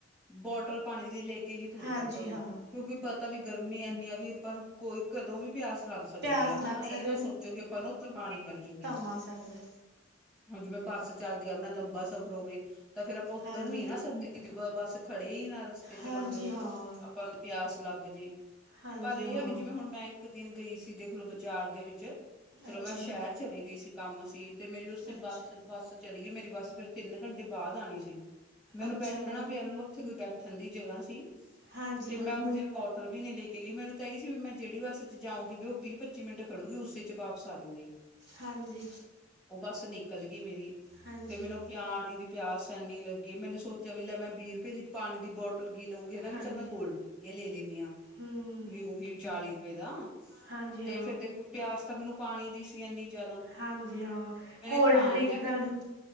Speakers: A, in the centre; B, on the right (about 60°).
A: ਬੋਟਲ ਪਾਣੀ ਦੀ ਲੇ ਕੇ ਹੀ ਤੁਰਦਾ
B: ਹਾਂਜੀ
A: ਘਰੋਂ
B: ਹਾਂ
A: ਕਿਉਂਕਿ ਪਤਾ ਵੀ ਗਰਮੀ ਐਨੀ ਆ ਆਪਾਂ ਨੂੰ ਕੋਈ ਕਦੋਂ ਵੀ ਪਿਆਸ ਲੱਗ ਸਕਦੀ
B: ਪਿਆਸ
A: ਆ
B: ਲੱਗ
A: ਹਨਾ
B: ਸਕਦੀ
A: ਏ ਨਾ ਸੋਚੋ ਕੀ ਆਪਾਂ ਨੂੰ ਓਥੇ ਪਾਣੀ ਮਿਲਜੂਗੇ।
B: ਮਾਸ ਹਟ ਦੇ
A: ਹੁਣ ਜਿਵੇਂ ਬੱਸ ਚੱਲਦੀ ਆ ਆਪਣਾ ਲੰਬਾ ਸਫ਼ਰ ਹੋਵੇ ਤੇ ਫੇਰ ਆਪਾਂ ਉੱਤਰ
B: ਹਾਂਜੀ
A: ਨੀ ਨਾ ਸਕਦੇ। ਕਿਤੇ ਬ ਬੱਸ ਖੜੇ ਈ ਨਾ ਰਸਤੇ 'ਚ
B: ਹਾਂਜੀ
A: ਮੰਨਲੋ
B: ਹਾਂ
A: ਆਪਾਂ ਨੂੰ ਪਿਆਸ ਲੱਗ ਜੇ।
B: ਹਾਂਜੀ
A: ਪਰ ਏ
B: ਹਾਂ
A: ਆ ਵੀ ਜਿਵੇਂ ਹੁਣ ਮੈਂ ਇੱਕ ਦਿਨ ਗਈ ਸੀ ਦੇਖਲੋ ਬਾਜ਼ਾਰ ਦੇ ਵਿੱਚ ਚਲੋ
B: ਅੱਛਾ
A: ਮੈਂ ਸ਼ੈਰ ਚਲੀ ਗਈ ਸੀ ਕੰਮ ਸੀ ਤੇ ਮੇਰੀ ਉਸੇ
B: ਅੱਛਾ
A: ਬਥ ਬੱਸ ਚਲੀ ਗਈ ਮੇਰੀ ਬੱਸ ਫਿਰ ਤਿੰਨ ਘੰਟੇ ਬਾਦ ਆਣੀ ਸੀ। ਮੈਨੂੰ
B: ਅੱਛਾ
A: ਬੈਠਣਾ
B: ਮੈਮ
A: ਪਿਆ ਨਾ ਉੱਥੇ ਕੋਈ ਬੈਠਣ ਦੀ ਜਗ੍ਹਾ ਸੀ
B: ਹਾਂਜੀ
A: ਤੇ ਮੈਂ
B: ਹਾਂ
A: ਓਹਨੂੰ ਜਰਾ ਕੋਟਲ ਵੀ ਨੀ ਲੈ ਕੇ ਗਈ ਮੈਨੂੰ ਤਾਂ ਏ ਸੀ ਵੀ ਮੈਂ ਜੇੜੀ ਬੱਸ 'ਚ ਜਾਊਗੀ ਵੀ ਓ ਵੀਹ ਪੱਚੀ ਮਿੰਟ ਖੜੂਗੀ ਉਸੇ 'ਚ ਵਾਪਸ ਆ ਜੂਗੀ।
B: ਹਾਂਜੀ।
A: ਓਹ ਬਸ ਨਿਕਲ ਗੀ ਮੇਰੀ,
B: ਹਾਂਜੀ
A: ਤੇ ਮੈਨੂੰ ਪਿਆਣੀ ਦੀ ਪਿਆਸ ਐਨੀ ਲੱਗੀ ਮੈਨੇ ਸੋਚਿਆ ਵੀ ਲੈ ਮੈਂ ਵੀਹ ਰੁਪਏ ਦੀ ਪਾਣੀ ਦੀ ਬੋ ਐਪਲ ਕੀ ਲਊਗੀ ਹਨਾ ਵੀ
B: ਹਾਂਜੀ
A: ਚਲ ਮੈਂ ਕੋਲਡ ਡਰਿੰਕ ਏ ਲੈ ਲੈਨੀ ਆ
B: ਹੂੰ
A: ਵੀ ਓਹ ਵੀ ਚਾਲੀ ਰੁਪਏ ਦਾ।
B: ਹਾਂਜੀ
A: ਤੇ
B: ਹਾਂ
A: ਫੇਰ ਦੇਖ ਲਓ ਪਿਆਸ ਤਾਂ ਮੈਨੂੰ ਪਾਣੀ ਦੀ ਸੀ ਐਨੀ ਜਾਦਾ।
B: ਹਾਂਜੀ ਹਾਂ
A: ਮੈਨੇ
B: ਕੋਲਡ
A: ਤਾਂ
B: ਡਰਿੰਕ
A: ਨੀ ਲਿਆ ਪਰ
B: ਨਾਲ
A: ਪੈਲਾਂ